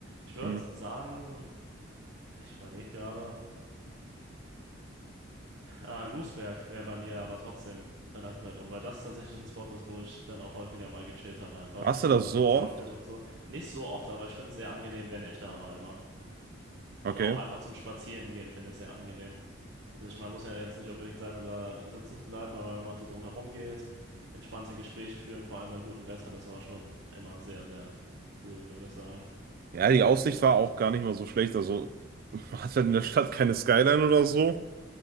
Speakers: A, on the right (about 60°); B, on the right (about 50°).
A: Ich würde
B: Hm.
A: sagen, Ich überlege gerade. Ah, Lousberg wäre bei mir aber trotzdem relativ weit oben, weil das tatsächlich ein Spot ist, wo ich dann auch häufiger mal gechillt habe, einfach.
B: Warst du
A: So
B: das
A: an
B: so
A: diesen
B: oft?
A: Schaukeln und so. Nicht so oft, aber ich finde es sehr angenehm, wenn ich da war immer. Und
B: Okay.
A: auch einfach zum Spazieren gehen finde ich sehr angenehm. Also ich meine, muss ja jetzt nicht unbedingt sein, um da sitzen zu bleiben, aber wenn man so drumherum geht, entspannte Gespräche führen, vor allem bei gutem Wetter, das war schon immer sehr, sehr cool, würde ich sagen.
B: Ja, die Aussicht war auch gar nicht mal so schlecht. Also <laughs> man hat halt in der Stadt keine Skyline oder so.